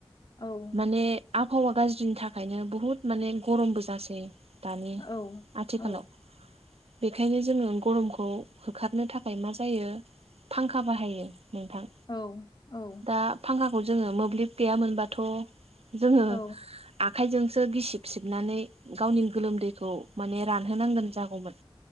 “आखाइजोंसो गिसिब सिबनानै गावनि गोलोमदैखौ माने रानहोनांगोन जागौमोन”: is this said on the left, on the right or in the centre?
Right